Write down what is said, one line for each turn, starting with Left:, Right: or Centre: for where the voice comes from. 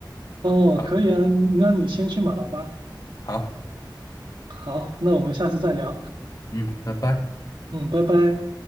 Right: 哦，
Left: 好，
Right: 可以啊，那你先去忙吧。
Left: 好，
Right: 好，那我们下次再聊。
Left: 嗯，拜拜。
Right: 嗯，拜拜。